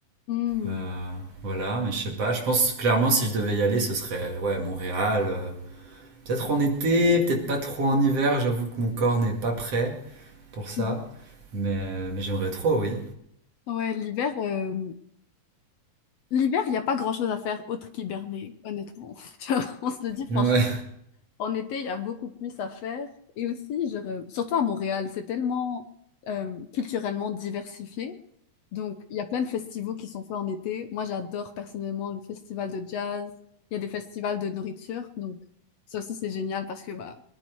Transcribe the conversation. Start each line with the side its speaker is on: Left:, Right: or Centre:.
Left: Hmm.
Right: Euh, voilà, mais je sais pas. Je pense clairement si je devais y aller, ce serait ouais Montréal. euh, peut-être en été, peut-être pas trop en hiver. J'avoue que mon corps n'est pas prêt pour ça.
Left: Mhm.
Right: Mais, mais j'aimerais trop, oui.
Left: Ouais, l'hiver, euh, l'hiver, il n'y a pas grand-chose à faire autre qu'hiberner, honnêtement. <laughs> Tu vois, On se le dit franchement.
Right: Ouais.
Left: En été, il y a beaucoup plus à faire. Et aussi, je re- surtout à Montréal, c'est tellement euh, culturellement diversifié. Donc, il y a plein de festivals qui sont faits en été. Moi, j'adore personnellement le festival de jazz. Il y a des festivals de nourriture. Donc, ça aussi, c'est génial parce que bah,